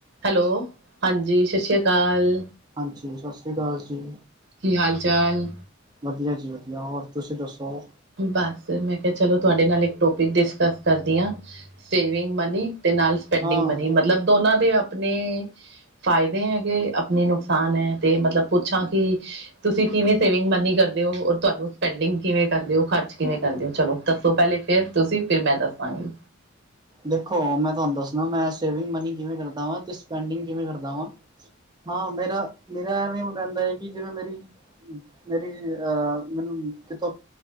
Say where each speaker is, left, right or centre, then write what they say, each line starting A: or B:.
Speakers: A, on the right (about 55°); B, on the right (about 20°).
A: Hello ਹਾਂਜੀ ਸਤਿ ਸ਼੍ਰੀ ਅਕਾਲ।
B: ਹਾਂਜੀ ਸਤਿ ਸ਼੍ਰੀ ਅਕਾਲ ਜੀ।
A: ਕੀ ਹਾਲ ਚਾਲ।
B: ਵਧੀਆ ਜੀ ਵਧੀਆ ਹੋਰ ਤੁਸੀਂ ਦੱਸੋ।
A: ਬਸ ਮੈਂ ਕਿਹਾ ਚਲੋ ਤੁਹਾਡੇ ਨਾਲ ਇੱਕ ਟੋਪਿਕ ਡਿਸਕਸ ਕਰਦੀ ਹਾਂ। ਸੇਵਿੰਗ ਮਨੀ ਤੇ ਨਾਲ ਸਪੈਂਡਿੰਗ
B: ਹਾਂ
A: ਮਨੀ ਮਤਲਬ ਦੋਨਾਂ ਦੇ ਆਪਣੇ। ਫ਼ਾਇਦੇ ਹੈਗੇ ਆਪਣੇ ਨੁਕਸਾਨ ਹੈ ਤੇ ਮਤਲਬ ਪੁੱਛਾ ਕਿ। ਤੁਸੀਂ ਕਿਵੇਂ ਸੇਵਿੰਗ ਮਨੀ ਕਰਦੇ ਹੋ ਔਰ ਤੁਹਾਨੂੰ ਸਪੈਂਡਿੰਗ ਕਿਵੇਂ। ਕਰਦੇ ਹੋ ਖਰਚ ਕਿਵੇਂ ਕਰਦੇ ਹੋ ਚਲੋ ਦੱਸੋ ਪਹਿਲੇ ਫਿਰ ਤੁਸੀਂ ਫਿਰ ਮੈਂ ਦੱਸਾਂਗੀ।
B: ਦੇਖੋ ਮੈਂ ਤੁਹਾਨੂੰ ਦੱਸਣਾ ਮੈਂ ਸੇਵਿੰਗ ਮਨੀ ਕਿਵੇਂ ਕਰਦਾ ਵਾਂ ਤੇ ਸਪਡਿੰਗ ਕਿਵੇਂ ਕਰਦਾ ਵਾਂ। ਹਾਂ ਮੇਰਾ ਮੇਰਾ ਐਵੇ ਹੀ ਹੋ ਰਹਿੰਦਾ ਹੈ ਕਿ ਜਿਵੇਂ ਮੇਰੀ ਮੇਰੀ ਅਹ ਮੈਨੂੰ ਕਿਥੋਂ